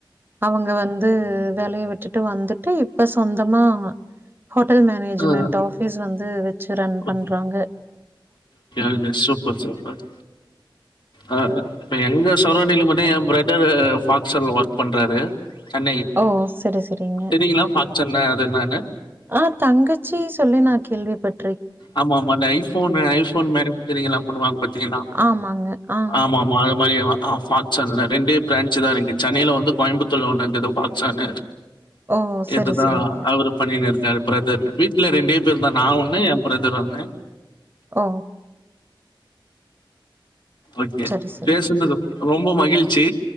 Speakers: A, on the right (about 25°); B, on the left (about 65°).
A: அவங்க வந்து வேலைய விட்டுட்டு வந்துட்டு இப்ப சொந்தமா ஹோட்டல் மேனேஜ்மெண்ட்
B: ஆஹ்
A: ஆஃபீஸ் வந்து வச்சு ரன் பண்றாங்க.
B: ஓகே ஓகே சூப்பர் சூப்பர் ஆஹ் <unintelligible> எங்க சரவுண்டிங் வந்து என் பிரதர் பாக்ஸன்ல ஒர்க் பண்றாரு சென்னை
A: ஓ! சரி, சரிங்க.
B: தெரியுங்களா பாக்சன்ன அது என்னன்னு
A: ஆ தங்கச்சி சொல்லி நான் கேள்வி பட்டு
B: ஆமா ஆமா அந்த ஐபோன் ஐபோன் மேனுபாக்சரிங்லா எல்லாம் பண்ணுவாங்க பாத்திங்கலா
A: ஆமாங்க. ஆ.
B: ஆமா ஆமா ஆப் பார்சான்ல இரண்டே பிரான்ச்சு தான் இருக்கு சென்னையில ஒண்ணு கோயம்புத்தூர்ல ஒண்ண இருந்தது ப்பார்சான்
A: ஓ! சரி,
B: இதுதான்
A: சரிங்க.
B: அவரு பண்ணிணு இருந்தார் பிரதர் ரெண்டே பேர் தான் நான் ஒன்னு பிரதர் ஒன்னு
A: ஒ
B: ஓகே
A: சரி, சரிங்க.
B: பேசுனது ரொம்ப மகிழ்ச்சி